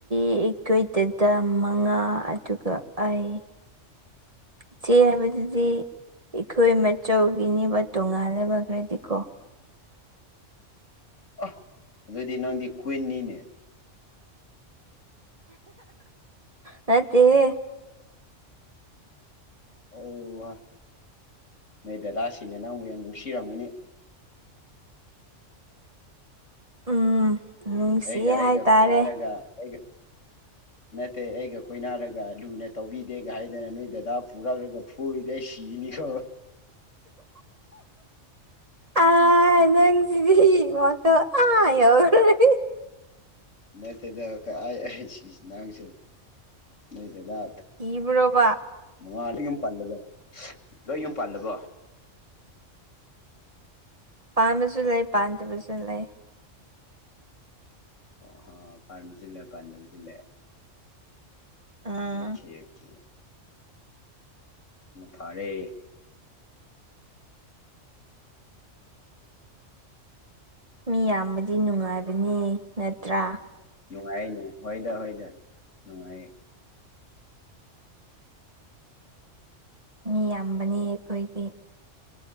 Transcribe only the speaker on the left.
ꯑꯦ ꯑꯗꯨꯗꯤ ꯅꯪꯗꯤ ꯀꯨꯏꯟꯅꯤꯅꯦ
ꯑꯣꯍ ꯅꯣꯏ ꯗꯗꯥꯁꯤꯡꯅ ꯅꯪꯕꯨ ꯌꯥꯝ ꯅꯨꯡꯁꯤꯔꯝꯒꯅꯤ
ꯑꯩꯒ ꯑꯩꯒ
ꯀꯣꯏꯅꯥꯔꯒ ꯑꯩꯒ ꯅꯠꯇꯦ ꯑꯩꯒ ꯀꯣꯏꯅꯔꯒ ꯂꯨꯅ ꯇꯧꯕꯤꯗꯦꯒ ꯍꯥꯏꯗꯅ ꯅꯣꯏ ꯗꯗꯥ ꯄꯨꯔꯛꯂꯒ ꯐꯨꯔꯗꯤ ꯑꯩ ꯁꯤꯒꯅꯤꯀꯣ
ꯅꯠꯇꯦꯗ ꯀꯥꯢ ꯅꯪꯁꯨ ꯅꯣꯢ ꯗꯥꯗꯥ
ꯃꯉꯥ ꯂꯣꯏ ꯌꯨꯝ ꯄꯜꯂꯕꯣ ꯂꯣꯏ ꯌꯨꯝ ꯄꯜꯂꯕꯣ
ꯑꯣ ꯍ ꯄꯥꯟꯕꯁꯨ ꯂꯩ ꯄꯥꯟꯗꯕꯁꯨ ꯂꯩ
ꯑꯣꯀꯦ ꯑꯣꯀꯦ ꯐꯥꯔꯦ
ꯅꯨꯡꯉꯥꯏꯌꯦ ꯅꯨꯡ ꯍꯣꯏꯗ ꯍꯣꯏꯗ ꯅꯨꯡꯉꯥꯏꯌꯦ